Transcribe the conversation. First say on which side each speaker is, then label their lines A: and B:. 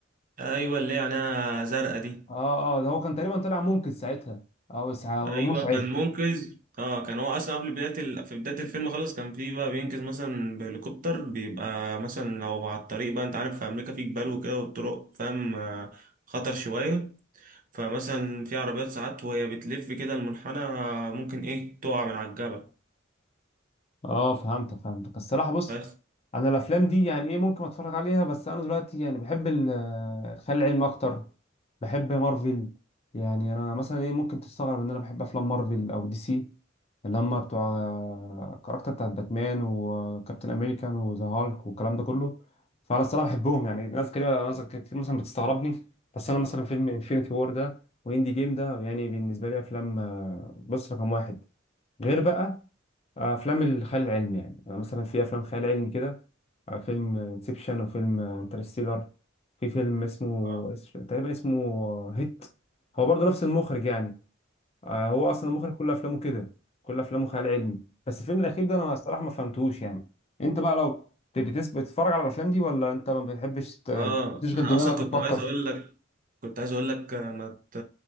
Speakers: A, on the right; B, on the left.
A: ايوه اللي هي عينيها زرقاء دي
B: اه اه ده هو كان تقريبا طالع منقذ ساعتها او إسعاف-
A: ايوه
B: مسعف
A: كان منقذ اه كان هو اصلا قبل بدايه ال... في بدايه الفيلم خالص كان في بقى بينقذ مثلا بهليكوبتر بيبقى مثلا لو على الطريق بقى انت عارف في امريكا في جبال وكده والطرق فاهم آه، خطر شويه فمثلا في عربيات ساعات وهي بتلف كده المنحنى آه، ممكن ايه تقع من على الجبل
B: اه فهمتك فهمتك الصراحه بص
A: بس
B: انا الافلام دي يعني ايه ممكن اتفرج عليها بس انا دلوقتي يعني بحب ال- الخيال العلمي اكتر بحب مارفل يعني انا مثلا ايه ممكن تستغرب ان انا بحب افلام مارفل او دي سي اللي هم بتوع الكاركتر بتاعت باتمان وكابتن امريكان وذا هالك والكلام ده كله فانا الصراحه بحبهم يعني ناس كده ناس كتير مثلا بتستغربني بس انا مثلا فيلم انفينيتي وور ده واندي جيم ده يعني بالنسبه لي افلام آه، بص رقم واحد غير بقى افلام الخيال العلمي يعني انا مثلا في افلام خيال علمي كده آه، فيلم انسبشن وفيلم انترستيلر في فيلم اسمه
A: اه
B: اس- تقريبا اسمه هيت هو برضه نفس المخرج يعني آه، هو اصلا المخرج كل افلامه كده كل افلامه خيال علمي بس الفيلم الاخير ده انا الصراحه ما فهمتهوش يعني انت بقى لو بتتفرج على الافلام دي ولا انت ما بتحبش ت-
A: اه
B: تشغل
A: انا
B: دماغك
A: اصلا كنت
B: وتفكر
A: عايز اقول لك كنت عايز اقول لك آه، ما ت...